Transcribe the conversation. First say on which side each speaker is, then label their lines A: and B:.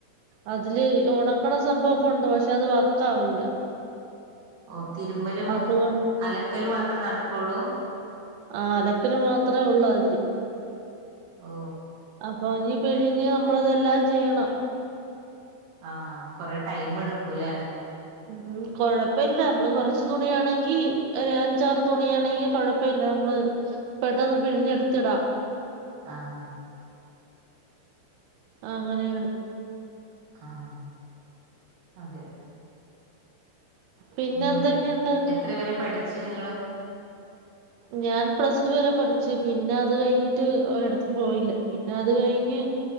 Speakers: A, on the right; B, on the right.
A: അതില് ഒണക്കണ സംഭവൊക്കെ ണ്ട്. പക്ഷെ അത് വർക്കാവ് ല്ല.
B: ഓ തിര്മ്പലും
A: അതുകൊ
B: അലക്കല് മാത്രേ നടക്കൊള്ളൂ.
A: ആഹ് അലക്കല് മാത്രേ ഉള്ളൂ അയ്ല്
B: ഓ
A: അപ്പൊ ഇഞ് പിഴിഞ്ഞ് നമ്മളതെല്ലാം ചെയ്യണം.
B: ആഹ് കൊറെ ടൈംമ്ട്ക്കൂ ല്ലേ.
A: ഉം കൊഴപ്പല്ല അമ്മള് കൊറച്ച് തുണിയാണെങ്കി ഒരഞ്ചാറ് തുണിയാണെങ്കി കൊഴപ്പല്ല. നമ്മള് പെട്ടെന്ന് പിഴിഞ്ഞെട്ത്ത്ടാം
B: ആഹ്
A: അങ്ങനെയാണ്
B: ആഹ് അതെ
A: പിന്നെ
B: പിന്നെന്ത്
A: എന്തൊക്കെയുണ്ട്
B: എത്ര വരെ പഠിച്ചു നിങ്ങള്?
A: ഞാൻ പ്ലസ് ടു വരെ പഠിച്ചു പിന്നെ അത് കഴിഞ്ഞിട്ട് ഒരടത്തും പോയില്ല പിന്നെ അത് കഴിഞ്ഞ്